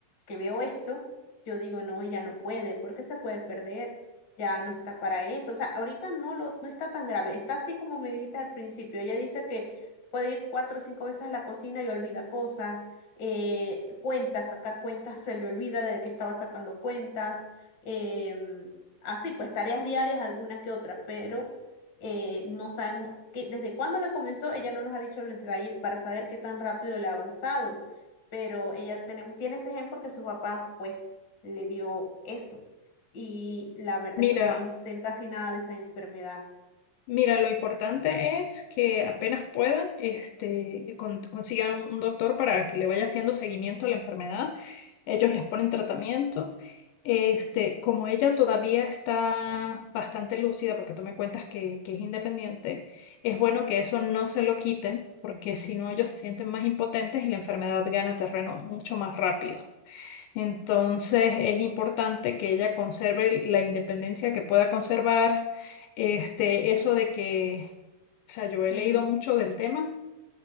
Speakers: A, on the left (about 35°); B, on the left (about 80°).
A: que veo esto, yo digo, no, ya no puede, porque se puede perder, ya no está para eso. O sea, ahorita no, lo, no está tan grave, está así como me dijiste al principio. Ella dice que puede ir cuatro o cinco veces a la cocina y olvida cosas, eh, cuentas, sacar cuentas, se le olvida de que estaba sacando cuentas. em, Así pues, tareas diarias, alguna que otra, pero eh, no sabemos que, desde cuándo le comenzó, ella no nos ha dicho el detalle para saber qué tan rápido le ha avanzado, pero ella tiene, tiene ese gen porque su papá pues le dio eso. Y la verdad
B: Mira,
A: es que yo no sé casi nada de esa enfermedad.
B: Mira, lo importante es que apenas puedan, este, con- consigan un un doctor para que le vaya haciendo seguimiento a la enfermedad. Ellos les ponen tratamiento. Este, como ella todavía está bastante lúcida, porque tú me cuentas que, que es independiente, es bueno que eso no se lo quiten, porque si no ellos se sienten más impotentes y la enfermedad gana terreno mucho más rápido. Entonces es importante que ella conserve la independencia que pueda conservar, este, eso de que, o sea, yo he
A: Mm,
B: leído mucho del tema